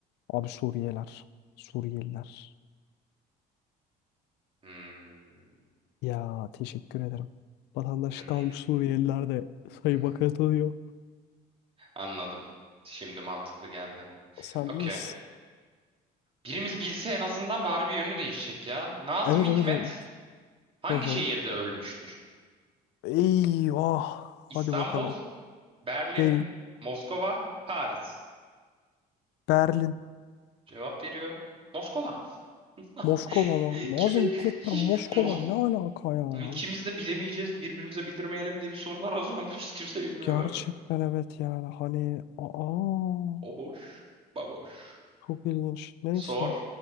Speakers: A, on the left; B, on the right.
A: Abi Suriyeliler. Suriyeliler.
B: Hmm,
A: Ya teşekkür ederim. Vatandaşlık
B: <laughs>
A: almış Suriyeliler de sayıma
B: hmm,
A: katılıyor.
B: Anladım. Şimdi mantıklı geldi.
A: Sendeyiz.
B: Okey. Birimiz bilse en azından bari bir yönü değişecek ya. Nazım
A: Evet
B: Hikmet
A: evet evet.
B: hangi
A: Hı hı.
B: şehirde ölmüştür?
A: Eyvah.
B: İstanbul,
A: Hadi bakalım.
B: Berlin,
A: Değil.
B: Moskova, Paris.
A: Berlin.
B: Cevap veriyorum. Moskova. <laughs>
A: Moskova mı? Nazım
B: Kimi?
A: Hikmet'le
B: Hiç-
A: Moskova
B: No.
A: ne alaka ya?
B: İkimiz de bilemeyeceğiz, birbirimize bildirmeyelim diye bir sorular hazırlanmış. Kimse bilmiyor
A: Gerçekten
B: be.
A: evet yani hani aa
B: O boş, baboş.
A: çok ilginç. Neyse
B: Sor.